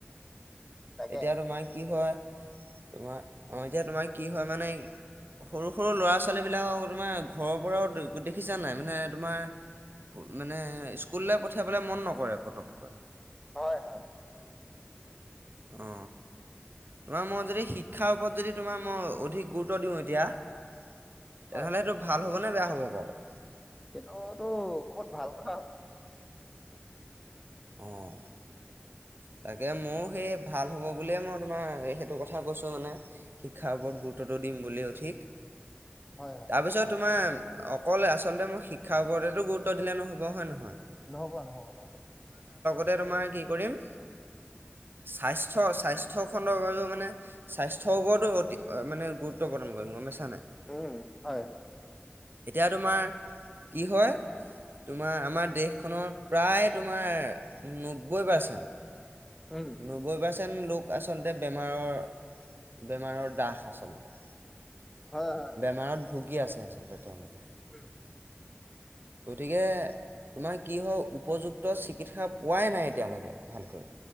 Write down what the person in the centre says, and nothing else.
তাকে
হয় হয়!
হয়
সেইটোতটো বহুত ভাল কথা হ'ব।
হয় হয়
নহ'ব নহ'ব নহ'ব।
উম হয়
উম
হয় হয়
উম উম।